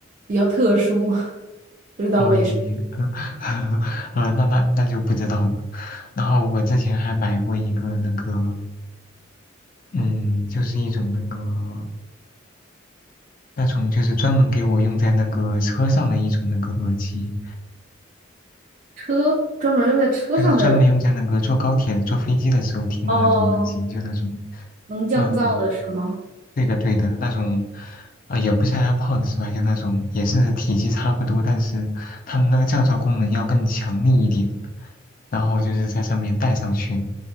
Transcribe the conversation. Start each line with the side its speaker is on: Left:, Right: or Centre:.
Right: 比较特殊，不知道为什么。
Left: 哦，也也，呃，<laughs> 呃那那那就不知道了。然后我之前还买过一个那个，嗯，就是一种那个那种就是专门给我用在那个车上的一种那个耳机，
Right: 车专门用在车上的耳机，
Left: 就是专门用在那个坐高铁、坐飞机的时候听的那种耳机，
Right: 哦，
Left: 就那种，
Right: 能降噪的是吗？
Left: 嗯、对的对的，那种，呃，也不是 AirPods 是吧？就那种也是体积差不多，但是它们那个降噪功能要更强力一点。然后就是在上面戴上去，